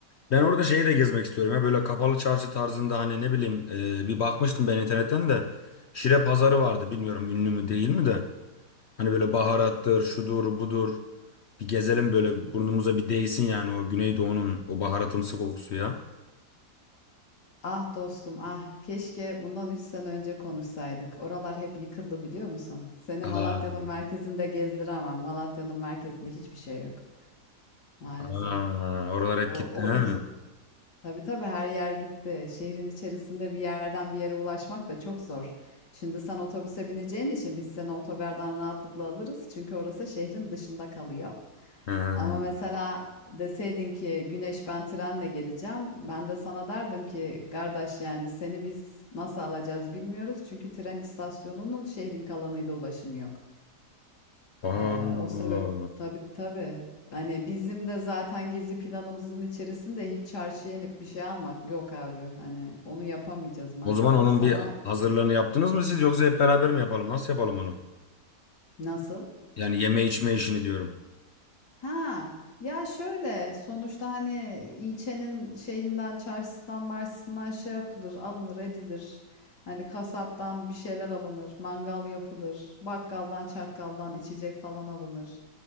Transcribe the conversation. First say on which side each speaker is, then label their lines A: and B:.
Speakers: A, on the left (about 60°); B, on the left (about 75°).
A: Ben orada şeyi de gezmek istiyorum ya böyle kapalı çarşı tarzında hani ne bileyim e, bir bakmıştım ben internetten de Şire pazarı vardı bilmiyorum ünlü mü değil mi de hani böyle baharattır şudur budur bir gezelim böyle burnumuza bir değsin yani o Güneydoğu'nun o baharatımsı kokusu ya.
B: Ah dostum ah keşke bundan 3 sene önce konuşsaydık. Oralar hep yıkıldı biliyor musun? Seni
A: Aa.
B: Malatya'nın merkezinde gezdiremem. Malatya'nın merkezinde hiçbir şey yok maalesef.
A: Aa, oralar
B: O,
A: hep gitti
B: o
A: ha.
B: iş Tabii tabii her yer gitti. Şehrin içerisinde bir yerden bir yere ulaşmak da çok zor. Şimdi sen otobüse bineceğin için biz seni otogardan rahatlıkla alırız. Çünkü orası şehrin dışında kalıyor.
A: Ha.
B: Ama mesela deseydin ki Güneş ben trenle geleceğim. Ben de sana derdim ki kardeş yani seni biz nasıl alacağız bilmiyoruz. Çünkü tren istasyonunun şehrin kalanıyla ulaşımı yok.
A: Aa.
B: Ee, o sebep tabii tabii. Hani bizim de zaten gezi planımızın içerisinde hiç çarşıya inip bir şey almak yok abi. Hani onu yapamayacağız maalesef.
A: O zaman onun
B: Sana
A: bir hazırlığını yaptınız mı siz yoksa hep beraber mi yapalım? Nasıl yapalım onu?
B: nasıl?
A: Yani yeme içme işini diyorum.
B: Ha, ya şöyle sonuçta hani ilçenin şeyinden çarşısından marşısından şey yapılır alınır edilir. Hani kasaptan bir şeyler alınır, mangal yapılır, bakkaldan çakkaldan içecek falan alınır.